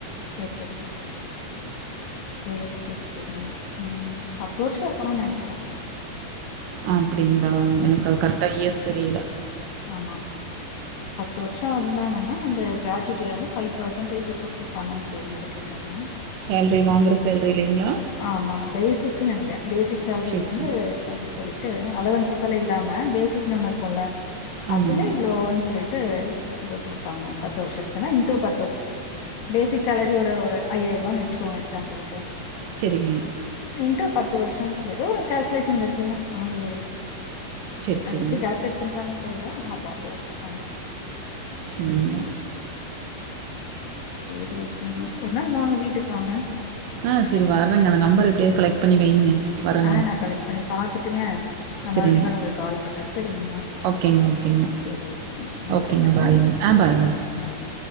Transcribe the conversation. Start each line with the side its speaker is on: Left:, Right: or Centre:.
Left: சேர் சேர் சேர் ஸ் சேரி சேரி செரிங்க ம் பத்து வருஷ இருக்கணுன்னு நெனைக்கிற
Right: அப்டின்னு ஆ எனக்கு அது கரெக்டாக இயர்ஸ் தெரியல
Left: ஆமான் பத்து வருஷம் இருந்தாங்கன்னா அந்த கிராஜுவேட்டிலிருந்து ஃபைவ் பர்சன்டேஜ் ஏதோ குடுப்பாங்கன்னு கேள்விப்பட்டிருக்ங்க
Right: சேலரி வாங்குற சேலரி இல்லைங்களா
Left: ஆமாங்க பேசிக்னுு நினைக்கே பேசிக் சேலரில
Right: சரி
Left: இருந்து
Right: சரி
Left: இவ்லோன்னு சொல்லி ட்டு அளவன்சுசல இல்லாம பேசிக்னு ஒண்ணு இருக்குல
Right: ஆமாங்க.
Left: அதுல இவ்வளோன்னு சொல்லிட் டு ஏதோ குடுப்பாங்க பத்து வருஷ் த்துக்குன இன்டு பத்து பேசிக் சாலரி ஒரு ஒரு ஐயாயிரம் ரூவாய்ன்னு வச்சுக்கோங்க எக்ஸாம்பில்க்கு
Right: சரிங்க
Left: இன்ட்டு பத்து வருஷம் ஏதோ ஒரு கால்குலேஷன் இருக்குங்க அது
Right: சரி,
Left: அது
Right: சரிங்க.
Left: எப்படி கால்குலேட் பண்றாங்க தெரியல ஆனா அத அப்படிதான் குடுப்பாங்க
Right: சின்ன
Left: சேரி ஓகேங்க நாள் வாங்க வீட்டுக்கு வாங்க
Right: ஆ சரி வர்றங்க அந்த நம்பர் எப்டியாவது கலெக்ட் பண்ணி வைங்க. வர்றேங்க.
Left: ஆ நான் கலெக்ட் பண்ணி பாத்துட்டுங்க நான்
Right: சரிங்க.
Left: மறுபடியும் கூட உங்களுக்கு கால் பண்றன் சரிங்களா
Right: ஓகேங்க, ஓகேங்க.
Left: சரி ஓகேங்க ம்
Right: ஓகேங்க.
Left: வச்சருங்க
Right: பாய்ங்க. ஆ பாய்ங்க.
Left: பாய்ங்க